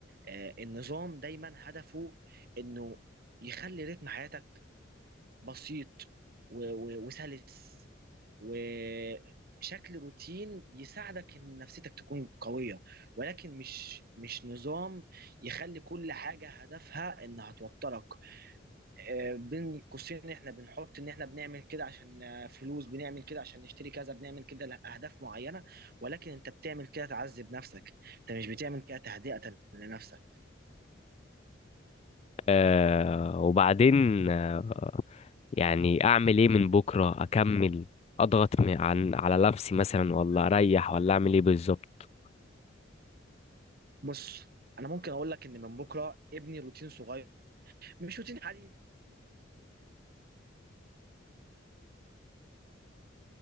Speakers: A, on the right (about 50°); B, on the left (about 30°).
A: آه، النظام دايما هدفه انه يخلي رتم حياتك بسيط و- و- وسلس وشكل روتين يساعدك ان نفسيتك تكون قوية ولكن مش مش نظام يخلي كل حاجة هدفها انها توترك آه، بين قوسين احنا بنحط ان احنا بنعمل كده عشان آه، فلوس بنعمل كده عشان نشتري كذا بنعمل كده لأهداف معينة ولكن انت بتعمل كده تعذب نفسك انت مش بتعمل كده تهدئة لنفسك
B: آه وبعدين آه يعني اعمل ايه من بكره اكمل اضغط م- عن على نفسي مثلا ولا اريح ولا اعمل ايه بالظبط
A: بص انا ممكن اقول لك ان من بكره ابني روتين صغير مش روتين حديث